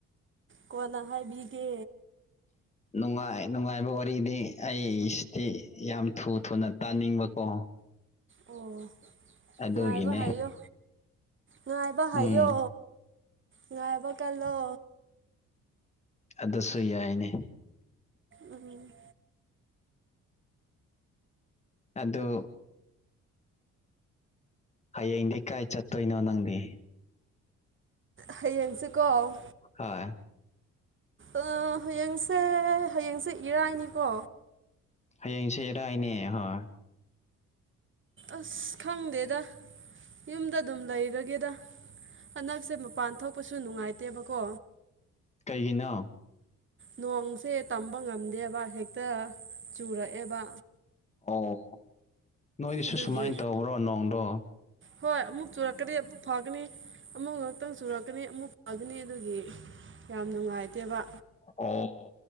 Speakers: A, on the right; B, on the left.
A: ꯀꯣꯟꯅ ꯍꯥꯏꯕꯤꯒꯦ
B: ꯅꯨꯡꯉꯥꯏ ꯅꯨꯡꯉꯥꯏꯕ ꯋꯥꯔꯤꯗꯤ ꯑꯩꯁꯤꯗꯤ ꯌꯥꯝ ꯊꯨ ꯊꯨꯅ ꯇꯥꯅꯤꯡꯕꯀꯣ
A: ꯑꯣ
B: ꯑꯗꯨꯒꯤꯅꯦ
A: ꯉꯥꯏꯕ ꯍꯩꯌꯣ ꯉꯥꯏꯕ
B: ꯎꯝ
A: ꯍꯩꯌꯣ ꯉꯥꯏꯕ ꯀꯂꯣ
B: ꯑꯗꯨꯁꯨ ꯌꯥꯏꯅꯦ
A: ꯎꯝ
B: ꯑꯗꯣ ꯍꯌꯦꯡꯗꯤ ꯀꯥꯏ ꯆꯠꯇꯣꯏꯅꯣ ꯅꯪꯗꯤ
A: ꯍꯥꯌꯦꯡꯁꯦꯀꯣ
B: ꯍꯣꯏ
A: ꯑ ꯍꯌꯦꯡꯁꯦ ꯍꯌꯦꯡꯁꯦ ꯏꯔꯥꯏꯅꯤꯀꯣ
B: ꯍꯌꯦꯡꯁꯦ ꯏꯔꯥꯏꯅꯦ ꯍꯣꯏ
A: ꯑꯁ ꯈꯪꯗꯦꯗ ꯌꯨꯝꯗ ꯑꯗꯨꯝ ꯂꯩꯔꯒꯦꯗ ꯍꯟꯗꯛꯁꯦ ꯃꯄꯥꯟ ꯊꯣꯛꯄꯁꯨ ꯅꯨꯡꯉꯥꯏꯇꯦꯕꯀꯣ
B: ꯀꯩꯒꯤꯅꯣ
A: ꯅꯣꯡꯁꯦ ꯇꯝꯕ ꯉꯝꯗꯦꯕ ꯍꯦꯛꯇ ꯆꯨꯔꯛꯑꯦꯕ
B: ꯑꯣ ꯅꯣꯏꯒꯤꯁꯨ
A: ꯑꯗꯨꯒꯤ
B: ꯁꯨꯃꯥꯏꯅ ꯇꯧꯕ꯭ꯔꯣ ꯅꯣꯡꯗꯣ
A: ꯍꯣꯏ ꯑꯃꯨꯛ ꯆꯨꯔꯛꯀꯅꯤ ꯑꯃꯨꯛ ꯐꯒꯅꯤ ꯑꯃꯨꯛ ꯉꯥꯛꯇꯪ ꯆꯨꯔꯛꯀꯅꯤ ꯑꯃꯨꯛ ꯐꯒꯅꯤ ꯑꯗꯨꯒꯤ ꯌꯥꯝ ꯅꯨꯡꯉꯥꯏꯇꯦꯕ
B: ꯑꯣ